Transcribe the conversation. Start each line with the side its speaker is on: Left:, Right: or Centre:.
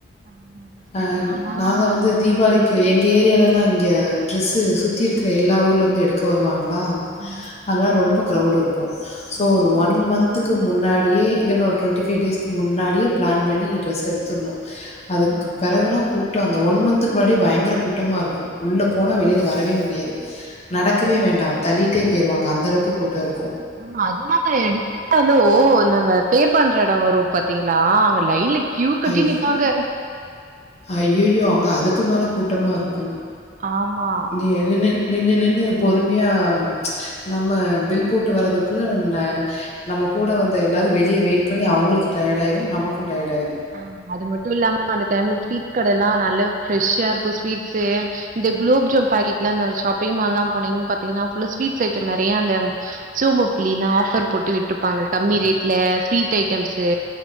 Right: ஆமா சிஸ்டர்
Left: ஆ
Right: நானா
Left: நாங்க வந்து தீபாளிக்கு
Right: ஆ
Left: எங்க ஏரியாலல்லா இங்க டிரெஸ்ஸு சுத்தி இருக்கிற எல்லா ஊர்ல இருந்து எடுக்க வருவாங் களா
Right: ம்
Left: அதல்லா ரொம்பொ க்ரௌடு இரு க்கு சோ
Right: ம்
Left: ஒரு ஒன் மன் த்துக்கு முன்னாடியே இல்லன்னா ஒரு டொன்ட்டி ஃபைவ் டேஸ் க்கு முன்னாடியே பிளான் பண்ணி ட்ரெஸ் எடுத்துருணு அதுக்கு
Right: ம்
Left: பெறகல்லா கூ ட்டு அந்த ஒன் மன்த்துக்கு முன்னாடியே பயங்கர கூட்டமா இருக்கு உள்ள போனா வெளில வரவே முடியாது
Right: ஆமா
Left: நடக்கவே வேண்டா தள்ளி ட்டே போயிருவாங்க அந்த அளவுக்கு கூட்டோ இரு
Right: ஆமா அது இல்லாம எடுத்துட்டாலு நம்ம பே பண்ற எடோ வரு பாத்தீங்களா அங்க லைன்ல கியூ கட்டி
Left: ஐயோ
Right: நிப்பாங்க
Left: ஐயயோ அங்க அதுக்கு மேல கூட்டமா இருக்கு
Right: ஆமா
Left: இது எல நின் நின்னு நின்னு பொறுமையா நம்ம பில் போட்டு வரதுக்குள்ள நம்ம நம்ம கூட வந்த எல்லாரு வெளிய வெயிட் பண்ணி அவங்களுக்கு டயேடு ஆயிரு நமக்கு டயேடு ஆயிரு
Right: ஆமா அது மட்டு இல்லாம அந்த டைம்ல ஸ்வீட் கட எல்லா நல்லா ஃபிரெஷ்ஷா இருக்கு ஸ்வீட்ஸு இந்த குலோப்ஜாம் பாக்கெட்ல அந்த ஷாப்பிங் மால்லா போனீங்கனு பாத்தீங்கன்னா ஃபுல்லா ஸ்வீட்ஸ் ஐட்டம் நெறையா அந்த சோன்பப்டிலிலல்லா ஆஃபர் போட்டு வி ட்ருப்பாங்க கம்மி ரேட்ல ஸ்வீட் ஐட்டம்ஸு